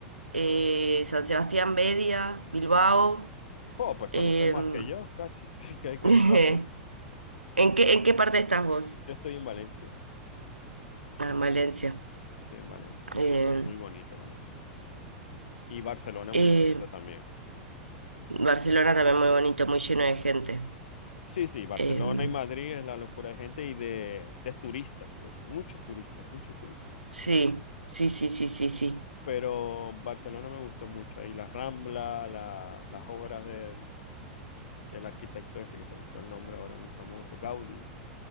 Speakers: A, on the right; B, on the left.
A: eh, San Sebastián, Media, Bilbao.
B: Oh, pues conoces
A: em,
B: más que yo, casi, <laughs> que, que- que
A: <laughs>
B: vivo aquí.
A: ¿En qué, en qué parte estás vos?
B: Yo estoy en Valencia,
A: Ah, en Valencia.
B: estoy en Valencia, sí,
A: Eh,
B: muy, bo- muy bonito Valencia. Y Barcelona muy
A: eh,
B: bonito también. Muy-
A: Barcelona también muy bonito, muy lleno de gente.
B: Sí, sí, Barcelona
A: Em,
B: y Madrid es la locura de gente y de, de turistas, de muchos turistas, muchos turistas.
A: sí, sí, sí, sí, sí, sí.
B: Pero Barcelona me gustó mucho, ahí la Rambla, la- las obras de del arquitecto este que se me fue el nombre ahora, muy famoso, Gaudí,